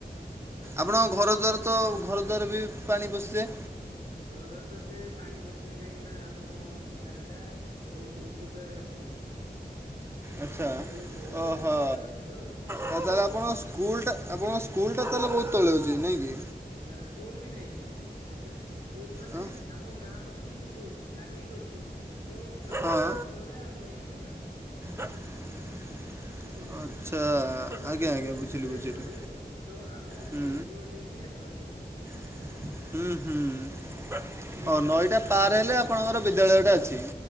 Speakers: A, on the right; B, on the right.
A: ହଁ
B: ଆପଣଙ୍କ ଘର ଦ୍ଵାର ତ ଘର ଦ୍ୱାର ବି ପାଣି ପଶିଯାଏ?
A: ଘର ଦ୍ୱାର ତ ଏତେ ପାଣି ପସେନି କାହିଁକି ନା ଆମ ଗାଁ ଟା ବହୁତୁ ଉଚ୍ଚତାରେ ଅଛି।
B: ଆଚ୍ଛା
A: ନଈଟା ବହୁ ତ
B: ଓହୋ
A: ତ ତଳେ ଅଛି ତ। ସେଇଥିପାଇଁ
B: ଆଉ ତାହେଲେ ଆପଣଙ୍କ ସ୍କୁଲଟା ଆପଣଙ୍କ ସ୍କୁଲ୍ ଟା ତା ହେଲେ ବହୁତ ତଳେ ଅଛି ନାଇଁକି?
A: ନା ସ୍କୁଲୁ ବି ନାଇଁ। ଯେତେ। ସ୍କୁଲୁ ମାନେ
B: ଆଁ
A: ଆମ ଗାଁ ପାଖରେ ହିଁ ସ୍କୁଲୁ ଲାଗିକି ଅଛି। ତ ଆମ
B: ହଁ
A: ଗାଁ ଅଲଗା ଆଉ ନଈଁ ଅଲଗା।
B: <unintelligible>
A: ବୁଝି ହେଲା
B: ଆଚ୍ଛା
A: କି। ଯେତେବେଳେ
B: ଆଜ୍ଞା
A: ଶିକ୍ଷକ
B: ଆଜ୍ଞା ବୁଝିଲି
A: ଶିକ୍ଷୟତ୍ରୀ
B: ବୁଝିଲି
A: ଆସନ୍ତି ତ ଆମ
B: ହୁଁ
A: ନଈ କୂଳ ଦେଇକି ଆସନ୍ତି।
B: <unintelligible> ହୁଁ ହୁଁ।
A: ତ ସେଇ
B: ହ
A: ନଈରେ
B: ନଈଟା
A: ଯଦି ପାଣି
B: ପାର
A: ବଢିଯିବ
B: ହେଲେ ଆପଣଙ୍କର ବିଦ୍ୟାଳୟ
A: ହଁ
B: ଟା ଅଛି।